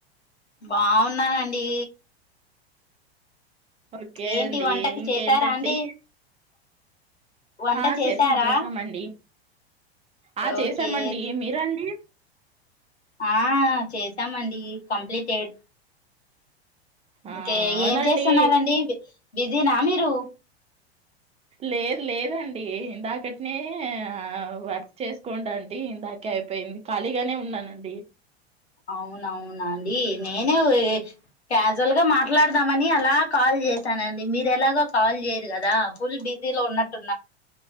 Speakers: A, on the left (about 85°); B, on the right (about 20°).
A: బాగున్నానండీ
B: ఓకే
A: ఏంటి
B: అండి
A: వంటకు
B: ఇంకేంటండి
A: చేసారా అండి వంట
B: ఆ
A: చేసారా
B: చేసాం చేసామండి ఆ చేసామండి
A: ఓకే
B: మీరండి
A: ఆ చేసామండి కంప్లీటెడ్
B: ఆ
A: ఒకే
B: అవునండి
A: ఏం చేస్తున్నండి బి బిజీనా మీరు
B: లేదు లేదండి ఇందాకట్నే ఆ వర్క్ చేస్కోటాంటి ఇందాకే అయిపో ఇంది ఖాళీగానే ఉన్నానండి
A: అవునవునాండి నేనే క్యాజువల్ గా మాట్లాదామని అలా కాల్ చేసానండి మీరెలాగో కాల్ చేయరు కదా ఫుల్ బి జిలో ఉన్నట్టున్